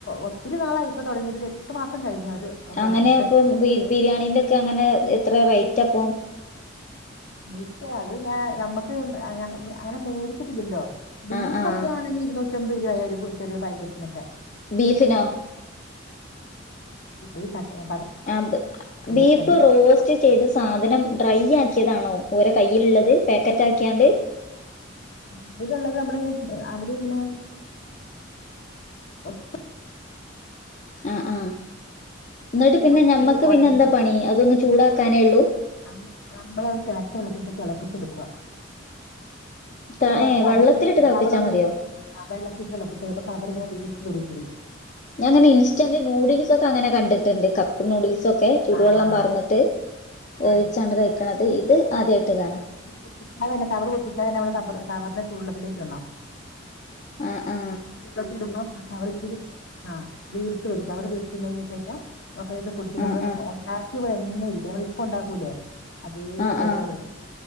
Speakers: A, on the left (about 65°); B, on the left (about 40°).
A: ഒത്തിരി നാളായി ഇപ്പോ തുടങ്ങിയിട്ട് എട്ടു മാസം കഴിഞ്ഞു അത്. തുടങ്ങിയിട്ട്
B: അങ്ങനെ അപ്പം ബിരിയാണിന്റെ ഒക്കെ അങ്ങനെ എത്ര റേറ്റ് അപ്പം.
A: നെറ്റ് അത് ഞൻ നമ്മുക്ക് അങ്ങനെ മേടിച്ചിട്ടില്ലല്ലോ.. ബീഫ്
B: ആഹ് ആഹ്
A: ഒക്കെ ആണെങ്കിൽ ഇരുന്നൂറ്റമ്പത് രൂപയ ഒരു ചെറിയ പാക്കറ്റിനൊക്കെ.
B: ബീഫിനൊ.
A: <unintelligible>
B: ആ ബ്
A: കടലക്കറി
B: ബീഫ് റോസ്റ്റ്.. ചെയ്ത സാധനം ഡ്രൈ ആക്കിയതാണോ ഓരോ കൈലുള്ളത് പാക്കറ്റ് ആക്കിയാണ്ട്.
A: അധീകംള്ളത് നമ്മള് അവര് ഇങ്ങനെ.. ഒറ്റ..
B: ആഹ് ആഹ് ന്നട്ട് പിന്നെ
A: ഒത്തിരി
B: ഞമ്മക്ക്
A: ഉണങ്ങി
B: പിന്നെ എന്താ പണി അതൊന്ന് ചൂടാക്കാനേ ഒള്ളൂ.
A: ന നമ്മളത് തിളച്ച വെള്ളത്തിലിട്ട് തിളപ്പിച്ച് എടുക്കുവ. അപ്പൊ
B: ഏഹ്
A: അ കവറ്
B: വെള്ളത്തിലിട്ട് തിളപ്പിച്ചാൽ
A: കവർ ഒന്ന്.
B: മതിയോ
A: ആ വെള്ളത്തിട്ട് തിളപ്പിച്ച്‌ കവർ ഇങ്ങെനെ വീർത്ത് വരും ഇച്ചിരി..
B: ഞാൻ ഇങ്ങെനെ ഇൻസ്റ്റന്റ് നൂഡിൽസ് ഒക്കെ അങ്ങനെ കണ്ടിട്ടുണ്ട്. കപ്പ നൂഡിൽസൊക്കെ ചൂടുവെള്ളം
A: ആ ആ
B: പറന്നിട്ട്
A: ആ
B: വേവിച്ചാണ്ട് കഴിക്കണത്. ഇത് ആദ്യയിട്ട് കാണാ..
A: അത് പൊട്ടിക്കാതെ കവർ പൊട്ടിക്കാതെ തന്നെ നമ്മൾ കവറിനെ ചൂടുവെള്ളത്തിലേക്ക് ഇടണം.
B: ആ ആ
A: ചൂടത്ത് ഇടുംബോ ആ കവർ ഇച്ചിരി. ആഹ വീർത്ത് വരും കവർ വീർത്തുന്നതിന് ശേഷം നമുക്ക് പിടിച്ച്
B: ആഹ്
A: നമ്മള്
B: ആഹ്
A: ഓൻ- ഉണ്ടാക്കിവെന്തഇരിക്കും നമ്മൾ ഇപ്പം ഉണ്ടാക്കൂല്ലേ അതേ
B: ആഹ്
A: ടെസ്റ്റാ
B: ആഹ്